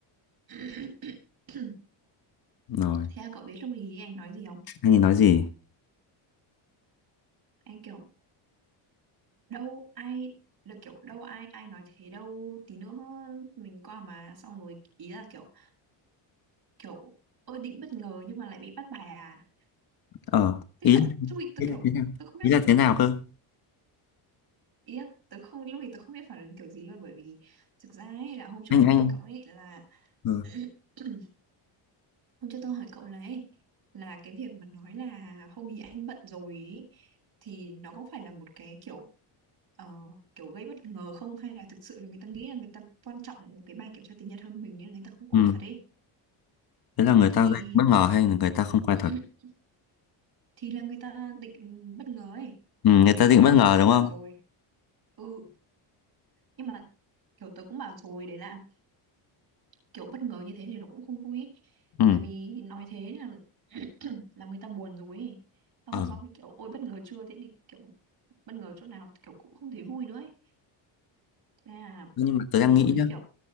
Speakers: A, on the right (about 50°); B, on the left (about 45°).
A: <clears throat>
B: rồi
A: thế là cậu biết lúc ý anh nói gì không
B: anh ấy nói gì
A: anh kiểu đâu ai được kiểu đâu ai ai nói thế đâu tí nữa mình qua mà xong rồi ý là kiểu kiểu ơ định bất ngờ nhưng mà lại bị bắt bài à
B: ờ
A: tức
B: ý
A: là
B: là
A: lúc ý tôi
B: ý
A: kiểu
B: là thế nào
A: tôi không biết
B: ý là thế nào cơ
A: ý là tôi không lúc ý tôi không biết phản ứng kiểu gì luôn bởi vì thực ra ấy là hôm trước
B: anh
A: tôi hỏi
B: anh
A: cậu ấy là
B: ừ.
A: <clears throat> Hôm trước tôi hỏi cậu này là cái việc mà nói là hôm ý anh bận rồi ý, thì nó có phải là một cái kiểu ờ, kiểu gây bất ngờ không hay là thực sự là người ta nghĩ là người ta quan trọng cái bài kiểm tra tiếng Nhật hơn mình nên người ta không qua
B: ừ.
A: thật ấy
B: thế là người
A: thì
B: ta gây bất ngờ hay là người ta không quay
A: <clears throat>
B: thật
A: thì là người ta định bất ngờ ấy
B: ừ, người
A: nhưng
B: ta định
A: mà hôm
B: bất
A: ý
B: ngờ
A: tớ cũng
B: đúng
A: bảo
B: không
A: rồi ừ nhưng mà kiểu tớ cũng bảo rồi đấy là kiểu bất ngờ như thế thì nó cũng không vui ý.
B: ừ.
A: tại vì nói thế là <clears throat> làm người ta buồn rồi ý. Sau
B: ờ
A: hôm sau mới kiểu ôi bất ngờ chưa thế thì kiểu bất ngờ chỗ nào kiểu cũng không thấy vui nữa ấy. thế là
B: nhưng mà tớ đang
A: tớ
B: nghĩ
A: mới
B: nhá
A: kiểu